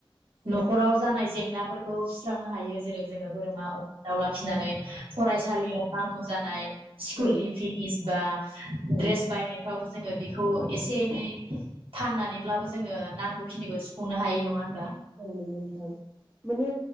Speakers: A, on the right (about 70°); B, on the right (about 20°).
A: न'खराव जानाय जेंनाफोरखौ सुस्रांनो हायो जेरै जोङो बोरमा अमा दाउला फिसिनानै फरायसालियाव रां नांगौ जानाय स्कुलनि
B: औ
A: फिस बा
B: औ
A: द्रेस फ्रावबो जोङो बेखौ एसे एनै फाननानैब्लाबो जोङो नांगौखिनिखौ सुफुंनो हाय नङा होनबा?
B: औ नंगौ नोंथां माने